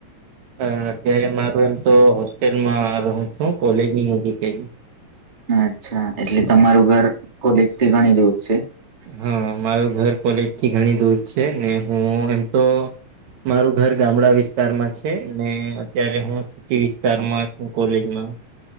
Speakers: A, on the right (about 65°); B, on the right (about 15°).
A: અ અત્યારે માર એમ તો હોસ્ટેલમાં રહું છું. કોલેજ ની નજીક જ.
B: અચ્છા એટલે, તમારું ઘર કોલેજ થી ઘણી દૂર છે?
A: હા! મારું ઘર કોલેજથી ઘણી દૂર છે. ને હું એમ તો. મારું ઘર ગામડા વિસ્તારમાં છે ને અત્યારે હું. વિસ્તાર માં શ કોલેજમાં.